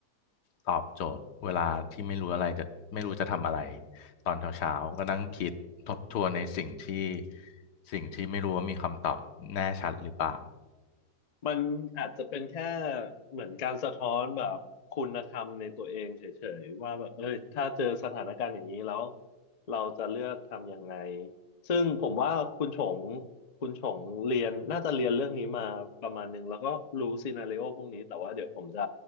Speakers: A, on the left; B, on the left.
A: ตอบโจทย์เวลาที่ไม่รู้อะไรจะไม่รู้จะทำอะไรตอนเช้าๆก็นั่งคิดทบทวนในสิ่งที่สิ่งที่ไม่รู้ว่ามีคำตอบแน่ชัดหรือเปล่า
B: มันอาจจะเป็นแค่เหมือนการสะท้อนแบบคุณธรรมในตัวเองเฉยๆว่าแบบเอ้ยถ้าเจอสถานการณ์อย่างนี้แล้วเราจะเลือกทำยังไงซึ่งผมว่าคุณชงคุณชงเรียนน่าจะเรียนเรื่องนี้มาประมาณหนึ่งแล้วก็รู้ซีนาริโอพวกนี้แต่ว่าเดี๋ยวผมจะ